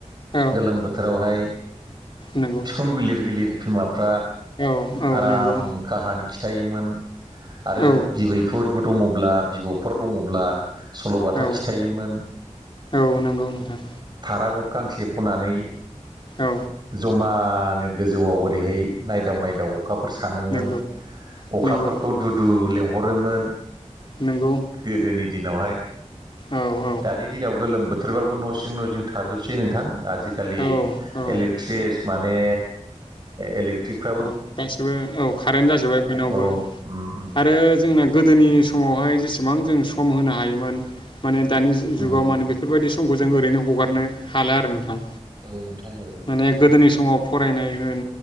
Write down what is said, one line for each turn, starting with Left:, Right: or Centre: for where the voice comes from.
Left: औ
Right: गोलोम बोथोरावहाय
Left: नंगौ
Right: बिखुं बिलिर बिलिर बिमाफ्रा
Left: औ औ
Right: आराम
Left: नंगौ
Right: काहानि खिथायोमोन आरो
Left: औ
Right: बिबैफोरबो दङब्ला बिब'फोर दङब्ला सल'बाथा
Left: औ
Right: खिथायोमोन।
Left: औ नंगौ नोंथां
Right: रागब गांसे बानै
Left: औ
Right: जमानो गोजौआव ओरैहाय नायदाव नायदाव अखाफोर सानोमोन
Left: नंगौ
Right: अखाफोरखौ
Left: नंगौ
Right: दुदु लेंंहरोमोन
Left: नंगौ
Right: गोदोनि दिनावहाय
Left: औ औ
Right: दानि दिनाव गोलोम बोथोरबाबो न' सिं न' सिं थाजोबसै नोंथां आजिखालि
Left: औ औ
Right: इलेक्ट्रिस माने इलेक्ट्रिकफ्राबो
Left: औ गाससिबो औ कारेन्ट जाजोबबाय बयनावबो
Right: औ उम
Left: आरो जोंना गोदोनि समावहाय जेसेबां जों सम होनो हायोमोन माने दानि जुगाव
Right: उम
Left: माने बेफोरबायदि समखौ जों ओरैनो हगारनो हाला आरो नोंथां
Right: औ नोंथां औ
Left: माने गोदोनि समाव फरायनाय होन